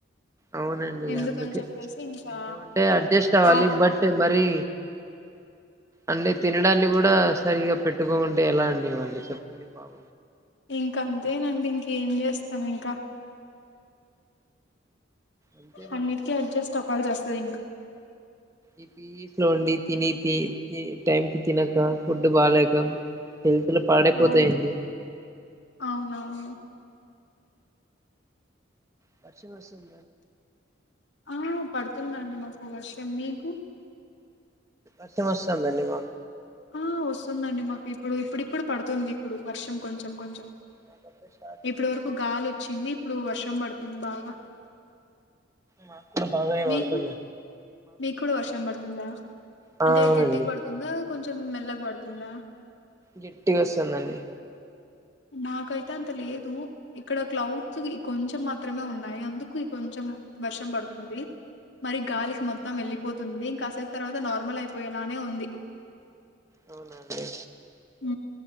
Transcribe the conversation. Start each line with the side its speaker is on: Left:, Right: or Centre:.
Right: అవునండి
Left: ఎందుకని
Right: అందుకేేమంటే
Left: చెప్పేసి ఇంకా
Right: అడ్జస్ట్ అవ్వాలి
Left: ఆ
Right: బట్ మరి అంటే తినడాన్ని కూడా సరిగా పెట్టుకో ఉంటే ఎలా అండి మళ్ళీ చెప్పండి పాప
Left: ఇంకా అంతేనండి ఇంక ఏం చేస్తాం ఇంకా
Right: అంతే మనం
Left: అన్నిటికి అడ్జెస్ట్ టప్పాలస్త సరే ఇంకా
Right: ఈ పస్ లోండి తిని టైం కి తినక ఫుడ్డు బాాలేక హల్తులు పాడైపోతాయండి
Left: అవును అవునవును
Right: పశ్చిమ వచం
Left: ఆ పడుతుందండి మాకు వర్షం మీకు
Right: అసమస్తం ధన్యవాద
Left: ఆ వస్తుందండి మాకు ఇప్పుడు ఇప్పుడుప్పుడు పడుతుంది ఇప్పుడు వర్షం కొంచెం కొంచెం
Right: మాకప్పుడే స్టార్ట్ చేసిందండి
Left: ఇప్పటి వరకు గాలి వచ్చింది ఇప్పుడు వర్షం పడుతుంది త బాగా
Right: మాక్కడ బాగా
Left: మీకు
Right: వాడుతుంది
Left: మీకు కూడా వర్షం పడుతుందా
Right: ఆ
Left: అంటే
Right: అవునండి
Left: గట్టికి పడుతుందా కొంచెం మెల్లగా పడుతుందా
Right: గటి బస్తందండి
Left: మాకైతే అంత లేదు ఇక్కడ క్లౌడ్స్ కొంచెం మాత్రమే ఉన్నాయి అందుకు కొంచెం వర్షం పడుతుంది మరి గాలికి మొత్తం వెళ్లిపోతుంది ఉంది ఇంకాసే తర్వాత నార్మల్ అయిపోయేలానే ఉంది
Right: అవునాండి
Left: హ